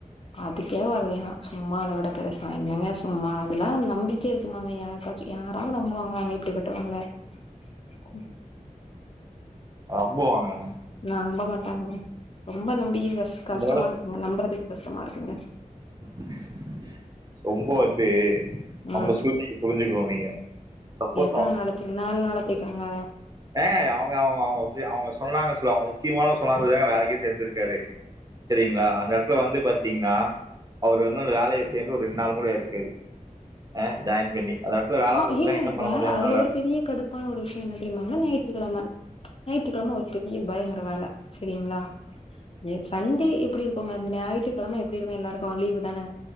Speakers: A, on the left; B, on the right.
A: அதுக்கே வலைய சும்மா அத விட பெருசா என்னங்க சும்மா அதுலா நம்பிக்கை இருக்குமாங்க யாருக்காச்சு யாராவது நம்புவாங்களாங்க இப்டி பட்டவங்கள. கு
B: நம்புவாங்கங்க.
A: நம்ப மாட்டாங்க ரொம்ப நம்பிக்க கஷ் கஷ்டமா
B: இந்த வேலை
A: இருக்குங்க நம்புறதுக்கு கஷ்டமா இருக்குங்க
B: <inaudible> ரொம்ப வந்து அவுங்க
A: ம்
B: சூழ்நிலை புரிஞ்சுக்குனு நீங்க சப்போஸ்
A: எத்தன நாளைக்கிங்க நால் நாளத்தைங்காங்க.
B: ஏங்க அவுங்க அவுங்க அவுங்க ஃபி அவுங்க சொன்னாங்க ஸ்லோ அவுங்க முக்கியமானத சொன்னாங்க சொல்தாங்க வேலைக்கே சேந்திருக்காரு சரிங்ளா அந்த எடத்ல வந்து பாத் த்திங்னா அவரு வந்து அந்த வேலைல சேந்து ஒரு ரெண் நாள் கூட இருக்காது. அ.. ஜாயின் பண்ணி அந்த இடத்துல வேல
A: ஆ
B: குடுத்துட்டாங்க.
A: ஏங்க
B: என்ன பண்ண
A: வேற
B: முடியும் அவங்கனால?
A: அதுல ஒரு பெரிய கடுப்பான ஒரு விஷ்ய என்னத் தெரியுமா ஒன்னு ஞாயித்துக்கெழம ஞாயிற்றுக்கெழம ஒர்க்கு இ எம் பயங்கற வேல சரிங்ளா எ சண்டே எப்டி இருக்குங்க அந்த ஞாயிற்றுக்கெழம எப் ப்டி இருக்கு எல்லாருக்கு லீவு தான